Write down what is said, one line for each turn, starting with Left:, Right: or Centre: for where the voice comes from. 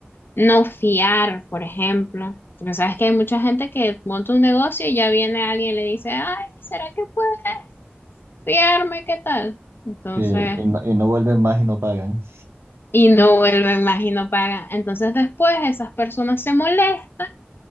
Left: No fiar, por ejemplo. Porque sabes que hay mucha gente que monta un negocio y ya viene alguien y le dice, ay, ¿será que puedes fiarme? ¿Qué tal? Entonces,
Right: Sí, y no, y no vuelven más y no pagan.
Left: y no vuelven más y no pagan. Entonces después esas personas se molestan